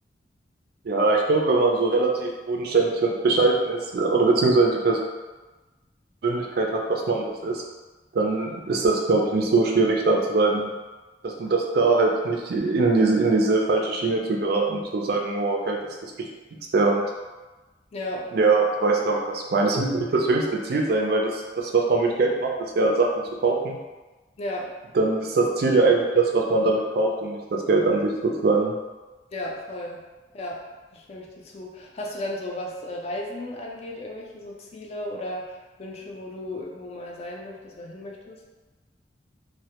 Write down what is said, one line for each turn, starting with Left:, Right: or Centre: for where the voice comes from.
Right: Ja, ich glaube, wenn man so relativ bodenständig und bescheiden ist äh, oder beziehungsweise die Persönlichkeit hat, dass man das ist, dann ist das, glaube ich, nicht so schwierig, da zu sagen, dass man das da halt nicht in diese, in diese falsche Schiene zu geraten, zu sagen, oh, Geld ist das Wichtigste und
Left: Ja,
Right: Ja, du weißt, glaube ich, was ich meine. Das muss nicht das höchste Ziel sein, weil das, das, was man mit Geld macht, ist ja Sachen zu kaufen.
Left: ja.
Right: Dann ist das Ziel ja eigentlich das, was man damit kauft und nicht das Geld an sich sozusagen.
Left: Ja, voll. Ja, da stimme ich dir zu. Hast du denn so, was äh, Reisen angeht, irgendwelche so Ziele oder Wünsche, wo du irgendwo mal sein möchtest oder hin möchtest?